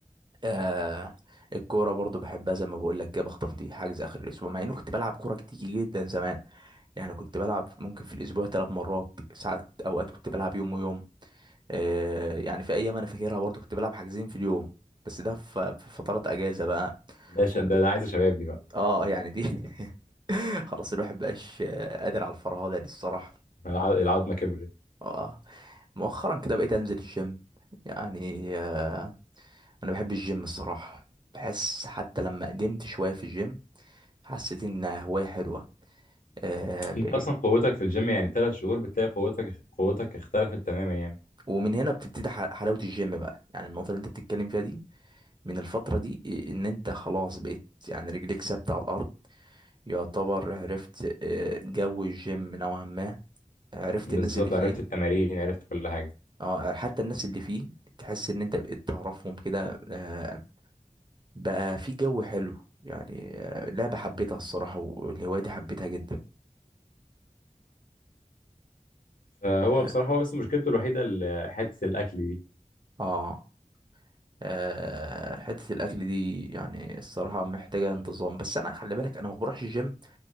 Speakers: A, on the right; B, on the left.
A: آه الكورة برضو بحبها زي ما بقول لك كده بخطف دي حجز آخر الأسبوع مع إنه كنت بلعب كورة كتير جدا زمان يعني كنت بلعب ممكن في الأسبوع ثلاث مرات ساعات أوقات كنت بلعب يوم ويوم آه يعني في أيام أنا فاكرها برضو كنت بلعب حجزين في اليوم بس ده في في فترات أجازة بقى
B: ده, ش...
A: وكده
B: ده, ده عايز شباب دي بقى
A: اه يعني دي <laughs> خلاص الواحد مبقاش آه، قادر على الفرهدة دي الصراحة
B: الع- العظمة كبرت
A: اه مؤخرا كده بقيت انزل الجيم يعني آه انا بحب الجيم الصراحه بحس حتى لما قدمت شويه في الجيم حسيت انها هوايه حلوه آه بقيت
B: انت اصلا قوتك في الجيم يعني ثلاث شهور بتلاقي قوتك قوتك اختلفت تماما يعني
A: ومن هنا بتبتدي ح- حلاوه الجيم بقى يعني النقطه اللي انت بتتكلم فيها دي من الفتره دي ان انت خلاص بقيت يعني رجليك ثابته على الارض يعتبر عرفت آه، جو الجيم نوعا ما عرفت
B: بالظبط
A: الناس اللي فيه
B: عرفت التمارين عرفت كل حاجه
A: اه حتى الناس اللي فيه تحس ان انت بقيت تعرفهم كده آه، بقى في جو حلو يعني آه، لعبة حبيتها الصراحة والهواية دي حبيتها جدا
B: فهو
A: اه
B: بصراحه هو بس مشكلته الوحيده ال- حته الاكل دي
A: آه، آه، حتة الأكل دي يعني الصراحة محتاجة انتظام بس أنا خلي بالك أنا ما بروحش الجيم